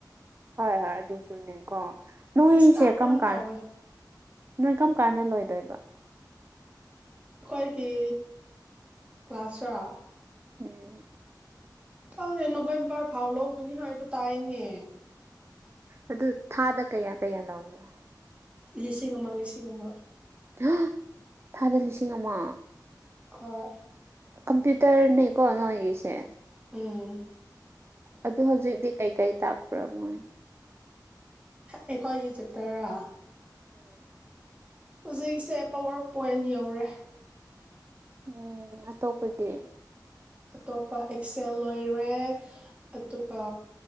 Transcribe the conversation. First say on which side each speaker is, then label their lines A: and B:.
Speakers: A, on the right (about 35°); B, on the right (about 20°).
A: ꯍꯣꯏ ꯍꯣꯏ ꯑꯗꯨꯁꯨꯨꯅꯦ ꯀꯣ ꯅꯅꯨꯡ
B: ꯗꯤꯁꯇꯥꯔꯕ
A: ꯏꯁꯦ ꯀꯝ
B: ꯌꯥꯝ
A: ꯀꯥꯥꯟ
B: ꯇꯧꯋꯦ
A: ꯅꯣꯏ ꯀꯔꯝ ꯀꯥꯟꯗ ꯂꯣꯏꯗꯣꯏꯕ
B: ꯑꯩꯈꯣꯏꯒꯤ ꯀ꯭ꯂꯥꯁꯔ
A: ꯎꯝ
B: ꯀꯪꯉ ꯅꯣꯕꯦꯝꯕꯔ ꯐꯥꯎ ꯂꯧꯒꯅꯤ ꯍꯥꯏꯕ ꯇꯥꯏꯅꯦ
A: ꯑꯗꯨ ꯊꯥꯗ ꯀꯌꯥ ꯀꯌꯥ ꯂꯧꯕ꯭ꯔꯣ
B: ꯂꯤꯁꯤꯡ ꯑꯃ ꯂꯤꯁꯤꯡ ꯑꯃ
A: ꯑ ꯊꯥꯗ ꯂꯤꯁꯤꯡ ꯑꯃ
B: ꯍꯣꯏ
A: ꯀꯝꯄ꯭ꯌꯨꯇꯔꯅꯤꯀꯣ ꯅ ꯑꯣꯏꯒꯤꯁꯦ
B: ꯎꯝ
A: ꯑꯗꯨ ꯍꯧꯖꯤꯛꯇꯤ ꯀꯩꯀꯩ ꯇꯥꯛꯄ꯭ꯔꯥ ꯃꯣꯏ
B: ꯑꯩꯈꯣꯏꯒꯤ ꯆꯦꯞꯇꯔ
A: ꯎꯝ
B: ꯍꯧꯖꯤꯛꯁꯦ ꯄꯋꯥꯔ ꯄꯣꯏꯟ ꯌꯧꯔꯦ
A: ꯎꯝ ꯑꯇꯣꯞꯄꯗꯤ
B: ꯑꯇꯣꯞꯄ ꯑꯦꯛꯁꯦꯜ ꯂꯣꯏꯔꯦ ꯑꯗꯨꯒ